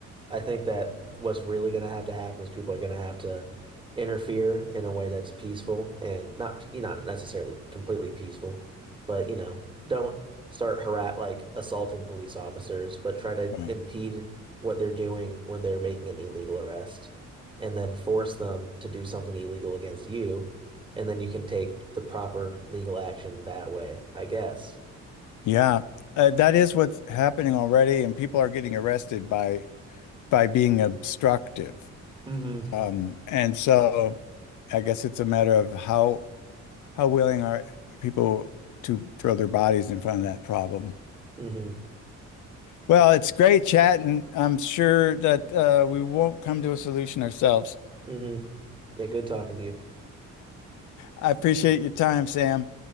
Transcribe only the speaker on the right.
I think that what's really going to have to happen is people are going to have to interfere in a way that's peaceful and not, you know, not necessarily completely peaceful, but you know, don't start harass like assaulting police officers, but try to
impede what they're doing when they're making an illegal arrest, and then force them to do something illegal against you, and then you can take the proper legal action that way, I guess.
hmm
hmm
hmm Yeah, good talking to you.